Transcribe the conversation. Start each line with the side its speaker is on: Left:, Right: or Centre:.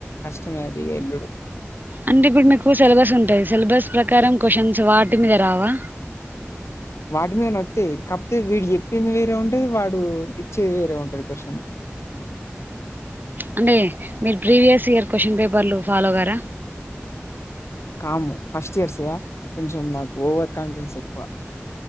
Left: కష్టమే అది ఎల్లుడు
Right: అంటే ఇప్పుడు మీకు సిలబస్ ఉంటాది సిలబస్ ప్రకారం క్యూషన్స్ వాటి మీద రావా
Left: వాటి మీద నే వస్తాయి కాకపోతే వీడు చెప్పింది వేరే ఉంటది వాడు ఇచ్చేది వేరే ఉంటది క్వశ్చన్
Right: అంటే మీరు ప్రీవియస్ ఇయర్ క్వశ్చన్ పేపర్లు ఫాలో కారా
Left: కాము ఫస్ట్ ఇయర్స్ గా కొంచెం నాకు ఓవర్ కాన్ఫిడెన్స్ ఎక్కువ